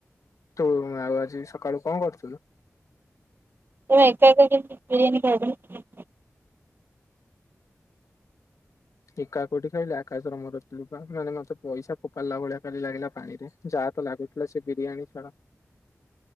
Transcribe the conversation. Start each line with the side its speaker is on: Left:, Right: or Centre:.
Left: ତୁ ଆଉ ଆଜି ସକାଳୁ କଣ କରୁଥିଲୁ?
Right: ତମେ ଏକା ଏକା କେମିତି ବିରୀୟାନି ଖାଇଦେଲ?
Left: ଏକା କୋଉଠି ଖାଇଲି ଆକାଶର ମୋର ଥିଲୁ ପା ମାନେ ମତେ ପଇସା ଫୋପାଡିଲା ଭଳିଆ ଖାଲି ଲାଗିଲା ପାଣି ରେ ଯାହା ତ ଲାଗୁଥିଲା ସେ ବିରିୟାନୀ ଛାଡ